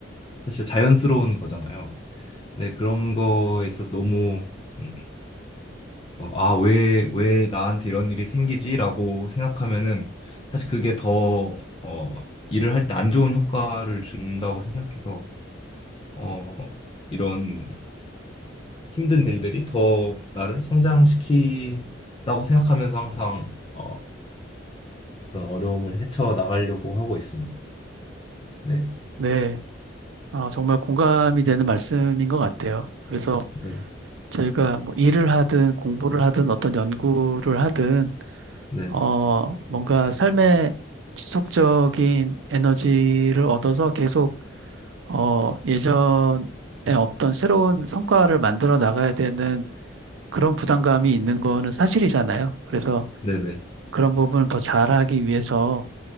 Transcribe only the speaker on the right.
네, 어, 정말 공감이 되는 말씀인 것 같아요. 그래서
저희가 뭐 일을 하든 공부를 하든 어떤 연구를 하든
어, 뭔가 삶의 지속적인 에너지를 얻어서 계속 어, 예전에 없던 새로운 성과를 만들어 나가야 되는 그런 부담감이 있는 거는 사실이잖아요. 그래서
그런 부분을 더 잘하기 위해서